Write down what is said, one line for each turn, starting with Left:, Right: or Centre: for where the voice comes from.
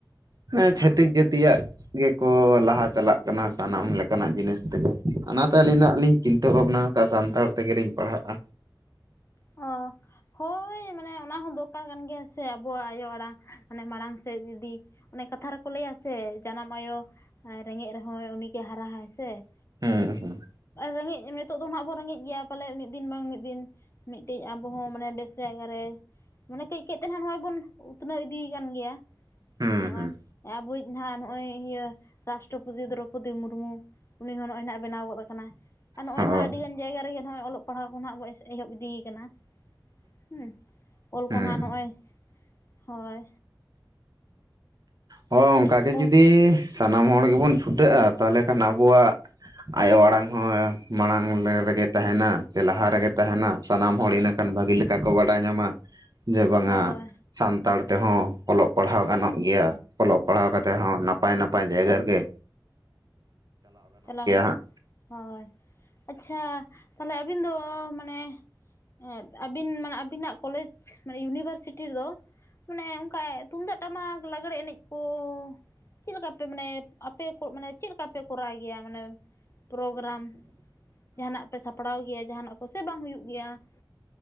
Right: ᱦᱮᱸ ᱪᱷᱟᱹᱛᱤᱠ
Left: ᱚ
Right: ᱡᱟᱹᱛᱤᱭᱟᱜ ᱜᱮ ᱠᱚ ᱞᱟᱦᱟ ᱪᱟᱞᱟᱜ ᱠᱟᱱᱟ ᱥᱟᱱᱟᱢ ᱞᱮᱠᱟᱱᱟᱜ ᱡᱤᱱᱤᱥ ᱛᱮ ᱜᱮ, ᱚᱱᱟᱛᱮ ᱟᱹᱞᱤᱧ ᱫᱚ ᱦᱟᱸᱜ ᱞᱤᱧ ᱪᱤᱱᱛᱟᱹ ᱵᱷᱟᱵᱽᱱᱟ ᱟᱠᱟᱜ ᱥᱟᱱᱛᱟᱲ ᱛᱮᱜᱮ ᱞᱤᱧ ᱯᱟᱲᱦᱟᱜᱼᱟ᱾
Left: ᱚᱻ, ᱦᱳᱭ ᱢᱟᱱᱮ ᱚᱱᱟ ᱦᱚᱸ ᱫᱚᱨᱠᱟᱨ ᱠᱟᱱ ᱜᱮᱭᱟ ᱥᱮ ᱟᱵᱚᱣᱟᱜ ᱟᱭᱳ ᱟᱲᱟᱝ ᱢᱟᱱᱮ ᱢᱟᱲᱟᱝ ᱥᱮᱫ ᱤᱫᱤ ᱾ ᱚᱱᱮ ᱠᱟᱛᱷᱟ ᱨᱮ ᱠᱚ ᱞᱟᱹᱭᱟ ᱥᱮ ᱡᱟᱱᱟᱢ ᱟᱭᱳ ᱨᱮᱸᱜᱮᱡ ᱨᱮᱦᱚᱸᱭ ᱩᱱᱤ ᱜᱮ ᱦᱟᱨᱟᱦᱟᱭ ᱥᱮ ᱾
Right: ᱦᱮᱸ ᱦᱮᱸ,
Left: ᱨᱮᱸᱜᱮᱡ, ᱱᱤᱛᱳᱜ ᱫᱚ ᱱᱟᱦᱟᱜ ᱵᱚᱱ ᱨᱮᱸᱜᱮᱡ ᱜᱮᱭᱟ ᱯᱟᱞᱮᱫ ᱢᱤᱫ ᱫᱤᱱ ᱵᱟᱝ ᱢᱤᱫ ᱫᱤᱱ, ᱢᱤᱫᱴᱤᱡ ᱟᱵᱚ ᱦᱚᱸ ᱢᱟᱱᱮ ᱵᱮᱥ ᱡᱟᱭᱜᱟ ᱨᱮ, ᱢᱟᱱᱮ ᱠᱟᱹᱡᱠᱟᱹᱡ ᱛᱮ ᱱᱟᱦᱟᱜ ᱱᱚᱜᱼᱚᱭ ᱵᱚᱱ ᱩᱛᱱᱟᱹᱣ ᱤᱫᱤᱭ ᱟᱠᱟᱱ ᱜᱮᱭᱟ
Right: ᱦᱩᱸ
Left: ᱱᱚᱜᱼᱚᱭ
Right: ᱦᱩᱸ
Left: ᱟᱵᱚᱭᱤᱡ, ᱱᱟᱦᱟᱜ ᱱᱚᱜᱼᱚᱭ ᱤᱭᱟᱹ ᱨᱟᱥᱴᱨᱚᱯᱚᱛᱤ ᱫᱨᱳᱯᱚᱫᱤ ᱢᱩᱨᱢᱩ ᱩᱱᱤ ᱦᱚᱸ ᱱᱚᱜᱼᱚᱭ ᱱᱟᱦᱟᱜ ᱵᱮᱱᱟᱣ ᱜᱚᱫ ᱟᱠᱟᱱᱟ᱾ ᱟᱨ ᱱᱚᱜ-ᱚᱭ
Right: ᱦᱳᱭ
Left: ᱱᱟᱦᱟᱜ ᱟᱹᱰᱤᱜᱟᱱ ᱡᱟᱭᱜᱟ ᱨᱮ ᱜᱮ ᱱᱚᱜ-ᱚᱭ ᱚᱞᱚᱜ ᱯᱟᱲᱦᱟᱣ ᱱᱟᱦᱟᱜ ᱵᱚ ᱮᱦᱚᱵ ᱤᱫᱤ ᱠᱟᱱᱟ ᱦᱩᱸ, ᱚᱞ
Right: ᱦᱩᱸ
Left: ᱠᱚ ᱱᱟᱦᱟᱜ ᱱᱚᱜᱼᱚᱭ ᱦᱚᱭ᱾
Right: ᱦᱚᱸ ᱚᱝᱠᱟᱜᱮ
Left: ᱚᱞ
Right: ᱡᱩᱫᱤ ᱥᱟᱱᱟᱢ ᱦᱚᱲ ᱜᱮᱵᱚᱱ ᱪᱷᱩᱴᱟᱹᱜᱼᱟ ᱛᱟᱦᱚᱞᱮ ᱠᱷᱟᱱ ᱟᱵᱚᱣᱟᱜ ᱟᱭᱳ ᱟᱲᱟᱝ ᱦᱚᱸ ᱢᱟᱲᱟᱝ ᱞᱮ ᱨᱮ ᱜᱮ ᱛᱟᱦᱮᱱᱟ ᱥᱮ ᱞᱟᱦᱟ ᱨᱮ ᱜᱮ ᱛᱟᱦᱮᱱᱟ ᱥᱟᱱᱟᱢ ᱦᱚᱲ ᱤᱱᱟᱹ ᱠᱷᱟᱱ ᱵᱷᱟᱹᱜᱮ ᱞᱮᱠᱟ ᱠᱚ ᱵᱟᱰᱟᱭ ᱧᱟᱢᱟ᱾ ᱡᱮ ᱵᱟᱝᱟ
Left: ᱦᱳᱭ
Right: ᱥᱟᱱᱛᱟᱲ ᱛᱮ ᱦᱚᱸ ᱚᱞᱚᱜ ᱯᱟᱲᱦᱟᱣ ᱜᱟᱱᱚᱜ ᱜᱮᱭᱟ ᱾ ᱚᱞᱚᱜ ᱯᱟᱲᱦᱟᱣ ᱠᱟᱛᱮ ᱦᱚᱸ ᱱᱟᱯᱟᱭ ᱱᱟᱯᱟᱭ ᱡᱟᱭᱜᱟ ᱨᱮ ᱜᱮ
Left: ᱪᱟᱞᱟᱣ
Right: ᱦᱟᱸᱜ
Left: ᱦᱳᱭ, ᱟᱪᱪᱷᱟ ᱛᱟᱦᱞᱮ ᱟᱹᱵᱤᱱ ᱫᱚ ᱢᱟᱱᱮ ᱦᱮᱸ ᱟᱹᱵᱤᱱ ᱢᱟᱱᱮ ᱟᱹᱵᱤᱱᱟᱜ ᱠᱚᱞᱮᱡᱽ ᱢᱟᱱᱮ ᱤᱭᱩᱱᱤᱵᱷᱟᱨᱥᱤᱴᱤ ᱨᱮ ᱫᱚ, ᱢᱟᱱᱮ ᱚᱱᱠᱟ ᱛᱩᱢᱫᱟᱜ ᱴᱟᱢᱟᱠ ᱞᱟᱜᱽᱲᱮ ᱮᱱᱮᱡ ᱠᱚ ᱪᱮᱫ ᱞᱮᱠᱟ ᱯᱮ ᱢᱟᱱᱮ ᱟᱯᱮ ᱠᱚ ᱢᱟᱱᱮ ᱪᱮᱫ ᱞᱮᱠᱟ ᱯᱮ ᱠᱚᱨᱟᱣ ᱜᱮ ᱢᱟᱱᱮ ᱯᱨᱳᱜᱨᱟᱢ ᱡᱟᱦᱟᱱᱟᱜ ᱯᱮ ᱥᱟᱯᱲᱟᱣ ᱜᱮᱭᱟ ᱡᱟᱦᱟᱱᱟᱜ ᱠᱚ ᱥᱮ ᱵᱟᱝ ᱦᱩᱭᱩᱜ ᱜᱮᱭᱟ?